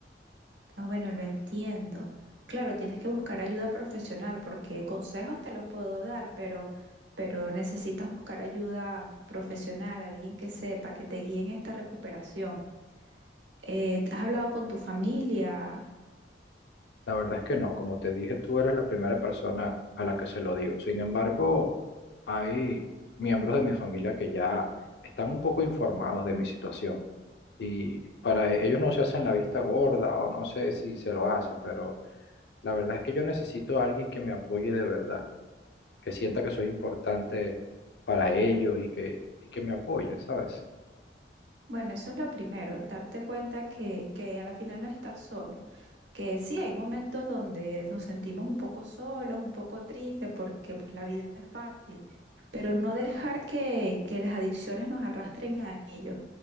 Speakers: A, on the right (about 85°); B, on the left (about 65°).
A: Ah, bueno, lo entiendo. Claro, tienes que buscar ayuda profesional porque consejos te los puedo dar, pero, pero necesitas buscar ayuda profesional, alguien que sepa, que te guíe en esta recuperación. Eh, ¿has hablado con tu familia?
B: La verdad es que no, como te dije, tú eres la primera persona a la que se lo digo. Sin embargo, hay miembros de mi familia que ya están un poco informados de mi situación Y para e- ellos no se hacen la vista gorda o no sé si se lo hacen, pero la verdad es que yo necesito a alguien que me apoye de verdad, que sienta que soy importante para ellos y que, y que me apoye, ¿sabes?
A: Bueno, eso es lo primero, darte cuenta que, que a la final no estás solo, que sí, hay momentos donde nos sentimos un poco solos, un poco tristes, porque pues, la vida no es fácil, pero no dejar que, que las adicciones nos arrastren a ello.